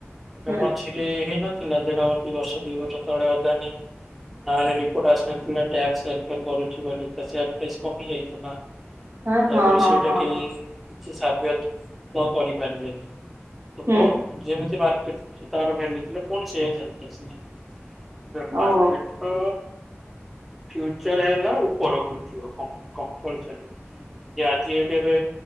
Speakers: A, in the centre; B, on the right (about 65°).
A: ଯୋଉ
B: ହୁଁ
A: ମଝି ଯେ ହେଇନଥିଲା ଦେଢବ ଦି ବର୍ଷ ଦି ବର୍ଷ ତଳେ ଆଦାନୀ ନହେଲେ ରିପୋର୍ଟ ଆସିନଥିଲା ଟ୍ୟାକ୍ସ ହେର୍ ଫେର୍ କରୁଛି ବୋଲି। ତ ସେୟାର୍ ପ୍ରାଇସ୍ କମି ଯାଇଥିଲା।
B: ହଁ
A: ତାପରେ
B: ହଁ ହଁ
A: ସେଇଟା
B: ହଁ
A: କେଇ
B: ହଁ
A: କିଛି ସାବ୍ୟଥ ତ କରିପାରଲେନି। ତ
B: ହୁଁ
A: ଫୁଣି ଯେମିତି ମାର୍କେଟ୍ ତାର ଭେଲ୍ୟୁ ଥିଲା ପୁଣି ସେୟା ଚାଲିଲା। ସେମା ଯୋ ମାର୍କେଟ୍
B: ଓହୋ
A: ର ଫ୍ୟୁଚର୍ ହେଲା ଉପରକୁ ଉଠିବ କମ୍ପ କମ୍ପଲସରୀ। ଯେ ଆଜି ଏଇଠି ଏବେ